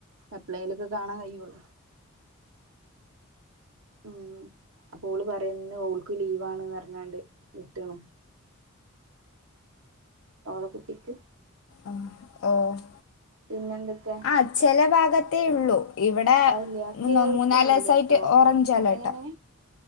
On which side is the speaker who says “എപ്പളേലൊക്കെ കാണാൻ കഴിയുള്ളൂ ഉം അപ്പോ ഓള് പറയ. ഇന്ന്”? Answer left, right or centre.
Right